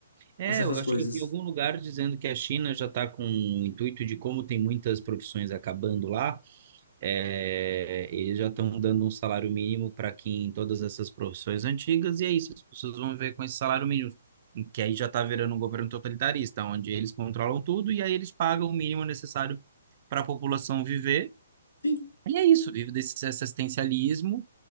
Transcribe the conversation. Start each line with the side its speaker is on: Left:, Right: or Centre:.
Right: É,
Left: a certas
Right: é, eu acho
Left: coisas.
Right: que eu vi em algum lugar dizendo que a China já está com o intuito de como tem muitas profissões acabando lá, é, eles já estão dando um salário mínimo para quem em todas essas profissões antigas, e é isso, as pessoas vão ver com esse salário mínimo, que aí já está virando um governo totalitarista, onde eles controlam tudo e aí eles pagam o mínimo necessário para a população viver,
Left: Sim,
Right: e é isso, vive desse assistencialismo